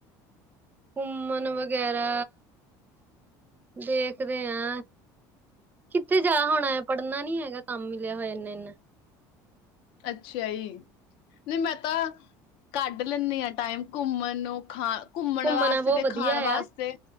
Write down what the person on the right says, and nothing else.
ਘੁੰਮਣ ਵਗੈਰਾ ਦੇਖਦੇ ਆ। ਕਿੱਥੇ ਜਾ ਹੋਣਾ ਪੜ੍ਹਨਾ ਨੀ ਹੈਗਾ ਕੰਮ ਮਿਲਿਆ ਹੋਇਆ ਇਨਾ ਇਨਾ
ਘੁੰਮਣਾ
ਬਹੁਤ
ਵਧੀਆ
ਆ।